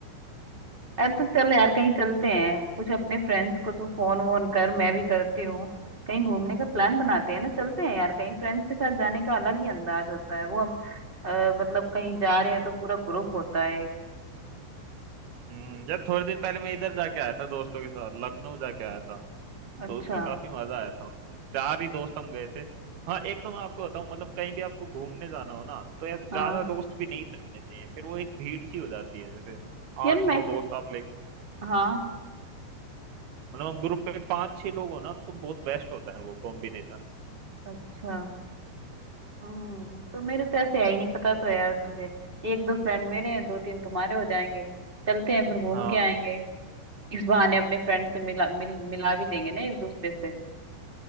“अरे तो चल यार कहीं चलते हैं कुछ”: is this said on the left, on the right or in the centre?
Right